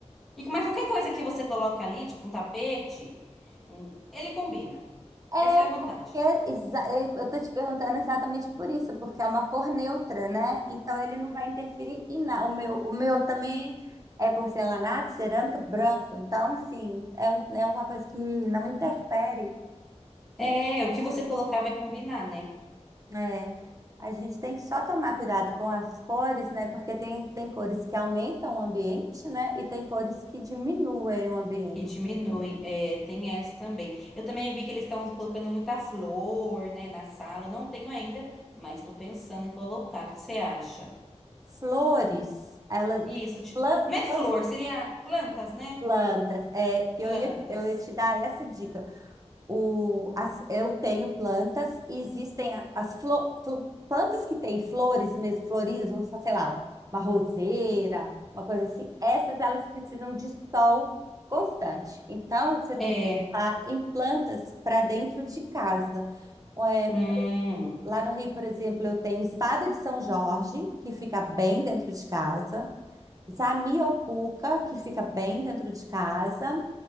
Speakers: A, in the centre; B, on the right (about 30°).
A: E que- mas qualquer coisa que você coloca ali, tipo um tapete, um- ele combina.
B: É
A: Essa é
B: porque
A: a vantagem.
B: exa- é, eu estou te perguntando exatamente por isso, porque é uma cor neutra, né? Então ele não vai interferir em nada. O meu, o meu também é porcelanato, cerâmica, branco. Então, assim, é, um- é uma coisa que não interfere.
A: É, o que você colocar vai combinar, né?
B: É, a gente tem que só tomar cuidado com as cores, né? Porque tem, tem cores que aumentam o ambiente, né? E tem cores que diminuem o ambiente.
A: E diminuem. É, tem essa também. Eu também vi que eles estão colocando muita flor, né, na sala. Eu Não tenho ainda, mas tô pensando em colocar. O que você acha?
B: Flores, elas.
A: Isso, tipo,
B: plan-
A: não é flor,
B: plan-
A: seria plantas, né?
B: Plantas, é que
A: Plantas.
B: eu ia, eu ia te dar essa dica. o, as- eu tenho plantas e existem a- as flo- fl- plantas que têm flores mesmo, floridas, vamos falar, sei lá, uma roseira, uma coisa assim. Essas elas precisam de sol constante. Então, você tem
A: É.
B: que pensar em plantas para dentro de casa. É,
A: Hum.
B: lá no Rio, por exemplo, eu tenho espada de São Jorge, que fica bem dentro de casa. Zamioculca, que fica bem dentro de casa,